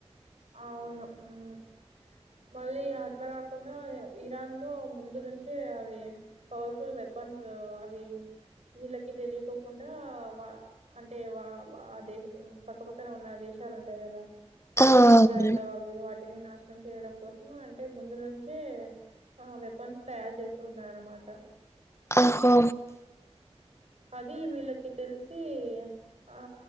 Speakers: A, on the right; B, on the left.
A: అవును ఉ మళ్ళీ అట్లా కాకుండా ఇరాన్ లో ముందు నుంచే అవి పవర్ఫుల్ వెపన్స్ అవి వీళ్ళకి తెలియకోకుండా వా అంటే వా ఆ దేశ పక్కపక్కన ఉన్న దేశాలు ఉంటాయి కదా ఈ
B: ఆ
A: ఇజ్రాయిల్
B: అవునండి
A: అవి వాటిని నాష్ట చేయడం కోసం అంటే ముందు నుంచే ఆ వెపన్స్ తయారు చేస్తూ ఉన్నరు అనమాట
B: ఆహో
A: అది వీళ్ళకి తెలిసి ఆ